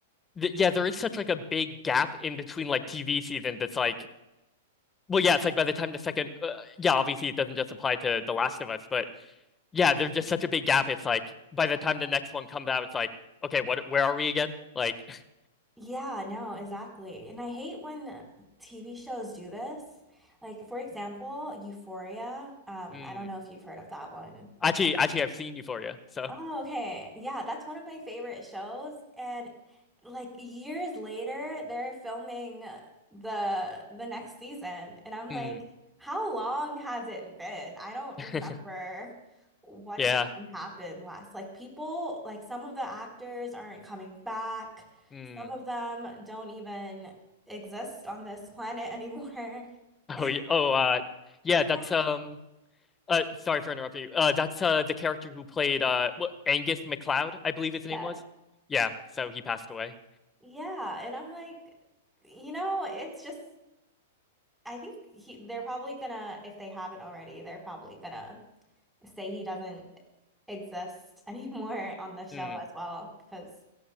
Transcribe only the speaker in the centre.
Yeah, no, exactly. And I hate when TV shows do this. Like, for example, Euphoria. Um,
I don't know if you've heard of that one.
Oh, okay. Yeah, that's one of my favorite shows. And like years later, they're filming the the next season. And I'm
like, how long has it been? I don't
remember what
even happened last. Like people, like some of the actors aren't coming back.
Some of them don't even exist on this planet anymore.
<laughs>
Yeah,
yes.
Yeah. And I'm like, you know, it's just I think he they're probably gonna, if they haven't already, they're probably gonna say he doesn't exist <laughs> anymore on the show
as well, because